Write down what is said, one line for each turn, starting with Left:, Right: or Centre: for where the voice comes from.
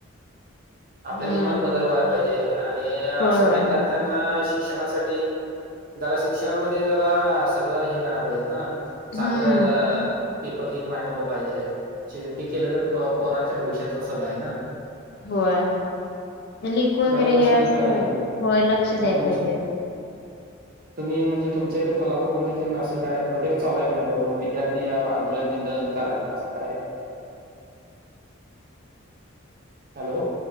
Left: हम्म
Right: आपल्या नियमात बदल व्हायला पाहिजे आणि
Left: होय
Right: असं
Left: होय
Right: विद्यार्थ्यां
Left: होय
Right: ना शिक्षणासाठी जरा शिक्षणामध्ये जरा सगळं हे कराय पाहिजेत ना
Left: हम्म
Right: चांगलं पेपर लीक व्हाय नको पाहिजे शेवटी केलं तर पो पोरांच्या भविष्याच सगळं आहे ना
Left: होय अ लिक वगैरे
Right: जरा लक्ष
Left: हे
Right: दिलं
Left: असं
Right: पाहिजे
Left: व्हायला नको होय लक्ष द्यायला
Right: मग तुमचे
Left: पाहिजे
Right: तुम्ही म्हणजे तुमच्या इथं कोल्हापूरमध्ये तेन असं काय प्रोटेक्ट चालू आहे की नाय लोक विद्यार्थी आंदोलन, बिंदोलन करायलेत असं काय हॅलो.